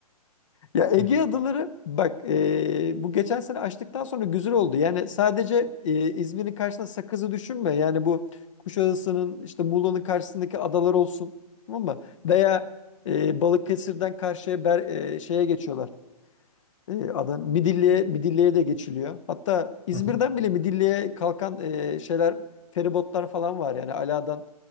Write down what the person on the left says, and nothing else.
Ya Ege
adaları bak e, bu geçen sene açtıktan sonra güzel oldu. Yani sadece e, İzmir'in karşısına Sakız'ı düşünme. Yani bu Kuşadası'nın işte Muğla'nın karşısındaki adalar olsun. Tamam mı? Veya e, Balıkesir'den karşıya ber, e, şeye geçiyorlar. E, adam Midilli'ye Midilli'ye de geçiliyor. Hatta İzmir'den
bile Midilli'ye kalkan e, şeyler feribotlar falan var. Yani Ala'dan